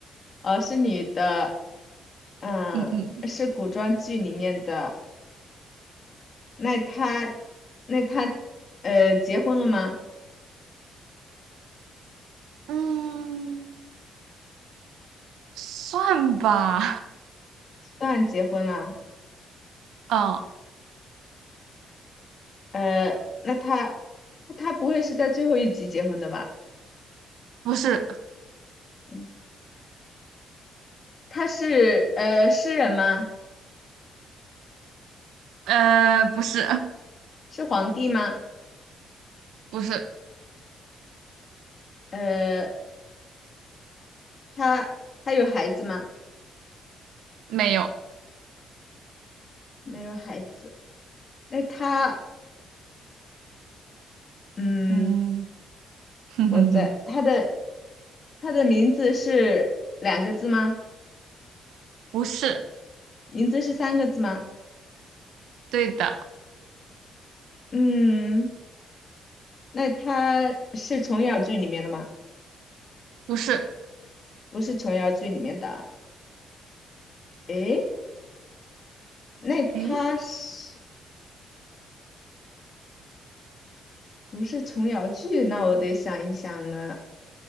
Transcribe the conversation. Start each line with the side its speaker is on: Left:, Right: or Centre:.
Left: 哦，是女的。嗯，
Right: 嗯嗯
Left: 是古装剧里面的。那他，那他，呃，结婚了吗？
Right: 嗯，算吧。
Left: 当然结婚了。
Right: 嗯，
Left: 呃，那他，他不会是在最后一集结婚的吧？
Right: 不是，
Left: 嗯，他是呃诗人吗？
Right: 呃，不是，
Left: 是皇帝吗？
Right: 不是，
Left: 呃，他他有孩子吗？
Right: 没有。
Left: 没有孩子。那他，嗯，
Right: 嗯，<laughs> 哼哼哼，
Left: 我在他的他的名字是两个字吗？
Right: 不是，
Left: 名字是三个字吗？
Right: 对的，
Left: 嗯。那他是琼瑶剧里面的吗？
Right: 不是。
Left: 不是琼瑶剧里面的啊。诶，那他是
Right: 诶，
Left: 不是琼瑶剧？那我得想一想了。